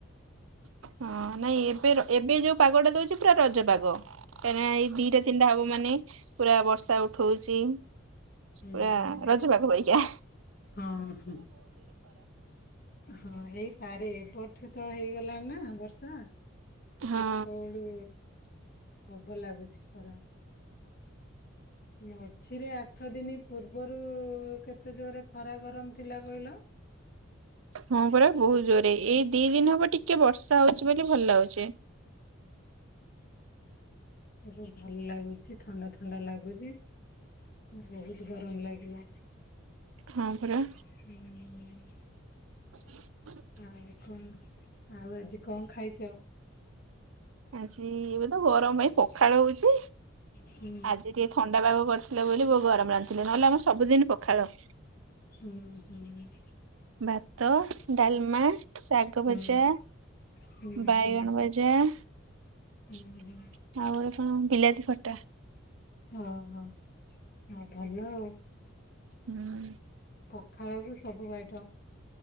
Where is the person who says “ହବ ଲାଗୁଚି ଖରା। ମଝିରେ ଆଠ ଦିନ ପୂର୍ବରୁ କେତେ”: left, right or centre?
Left